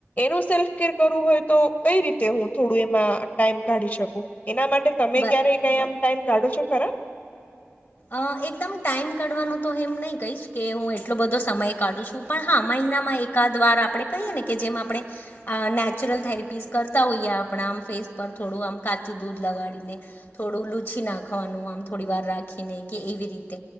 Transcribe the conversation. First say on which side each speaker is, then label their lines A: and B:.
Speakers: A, on the left; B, on the left.
A: એનું સેલ્ફકેર કરવું હોય તો કઈ રીતે હું થોડું એમાં ટાઈમ કાઢી શકું, એના માટે તમે
B: બ
A: ક્યારેય કાઈ આમ ટાઈમ કાઢો છો ખરા?
B: અહ એકદમ ટાઈમ કાઢવાનું તો એમ નહી કહીશ કે હું એટલો બધો સમય કાઢું છું, પણ હા માંય એના માં એકાદ વાર આપણે કહીએ ને કે જેમ આપણે અહ નેચરલ થેરેપીસ કરતા હોઈએ આપણા આમ ફેસ પર થોડું આમ કાચું દૂધ લગાડીને, થોડું લુછી નાખવાનું આમ થોડી વાર રાખી ને કે એવી રીતે